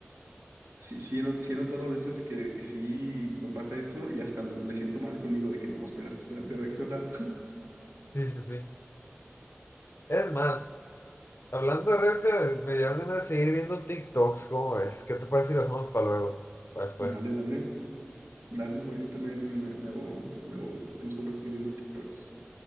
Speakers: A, on the right; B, on the left.
A: Sí, sí, he, not- sí he notado a veces que, que sí me pasa eso y hasta me, me siento mal conmigo de que no, espérate, espérate, reacciona. <laughs>
B: Sí, sí, sí. Es más, hablando de redes sociales, me dieron ganas de seguir viendo TikToks, ¿cómo ves? ¿Qué te parece si lo dejamos para luego? Para después.
A: Dale, dale. Dale, igual yo también me, me hago, me hago en un ratillo viendo TikToks.